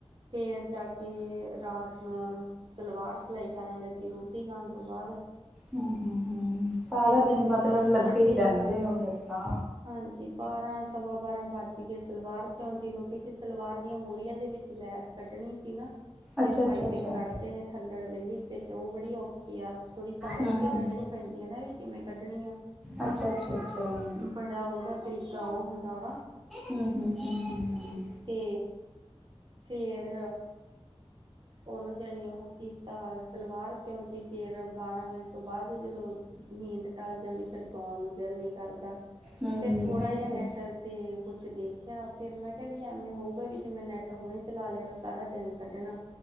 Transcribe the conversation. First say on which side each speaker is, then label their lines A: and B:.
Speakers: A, on the right; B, in the centre.
A: ਫੇਰ ਜਾ ਕੇ ਰਾਤ ਨੂੰ ਸਲਵਾਰ ਸਲਾਈ ਕਰਨ ਲੱਗੀ ਰੋਟੀ ਖਾਣ ਤੋ ਬਾਅਦ
B: ਹਮ ਹਮ ਹਮ ਸਾਰਾ
A: ਫੇਰ ਮੈਨੂੰ
B: ਦਿਨ
A: ਬਾਰਾਂ-ਸਾਢੇ
B: ਮਤਲਬ ਲੱਗੇ ਹੀ ਰਹਿੰਦੇ
A: ਬਾਰਾਂ
B: ਹੋ ਫਿਰ ਤਾਂ
A: ਹਾਂਜੀ ਬਾਰਾਂ-ਸਵਾ ਬਾਰਾਂ ਵੱਜ ਗੇ ਸਲਵਾਰ ਸਉਂਦੀ ਨੂੰ ਕਿਂੳਕਿ ਸਲਵਾਰ ਦੀਆਂ ਮੋਹਰੀਆਂ ਦੇ ਵਿੱਚ ਲੈਸ ਕੱਢਣੀ ਸੀ ਨਾ ਤੇ
B: ਅੱਛਾ ਅੱਛਾ
A: ਪਾਈਪਿੰਗ
B: ਅੱਛਾ
A: ਕੱਢ਼ ਨੇ ਥੱਲੜੇ ਹਿੱਸੇ ਚ, ੳਹ ਬੜੀ ਔਖੀ ਕੀ ਆਪ ਸ ਥੋੜੀ ਸਮਝ
B: ਹਮ
A: ਕੇ
B: ਹਮ
A: ਕੱਢਨੀ ਪੈਂਦੀ ਏ ਨਾ ਵੀ ਕਿਵੇਂ ਕੱਢਨੀ ਆ।
B: ਅੱਛਾ ਅੱਛਾ ਅੱਛਾ ਜੀ
A: ਬੜਾ ੳਦਾ ਤਰੀਕਾ ੳਹ ਹੁੰਦਾ ਵਾ
B: ਹੂੰ ਹੂੰ ਹੂੰ ਹੂੰ
A: ਤੇ ਫੇਰ ੳਨੂੰ ਜਣੀ ੳਹ ਕੀਤਾ ਸਲਵਾਰ ਸਿਉਂਤੀ ਫਿਰ ਬਾਰਾਂ ਵਜੇ ਤੋਂ ਬਾਦ ਜਦੋ ਨੀਂਦ ਟਲ ਜਾਂਦੀ ਫੇਰ ਸੌਣ ਨੂੰ ਦਿਲ ਨਈ ਕਰਦਾ
B: ਹਮ
A: ਫੇਰ ਥੋੜਾ
B: ਇਹ
A: ਯਾ ਨੇੱਟ
B: ਤੇ
A: ਤੇ ਕੁਛ ਦੇਖੇਆ ਫੇਰ ਮੈਂ ਕੇਹਾ ਵੀ ਐਵੇਂ ਹੋਊਗਾ ਵੀ ਜਿਵੇਂ ਨੈੱਟ ਹੁਣੇ ਚਲਾ ਲਿਆ ਤਾਂ ਸਾਰਾ ਦਿਨ ਕੱਢਣਾ